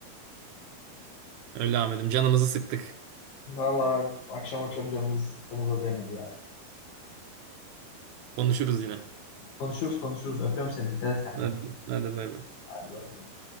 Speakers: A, on the right; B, on the left.
A: öyle Ahmet'im canımızı sıktık.
B: Vallahi akşam akşam canımızı sıktığımıza değmedi yani.
A: Konuşuruz yine.
B: Konuşuruz konuşuruz. Öpüyorum seni. Dikkat et kendine.
A: Hadi, hadi bay bay.
B: Hadi bay bay.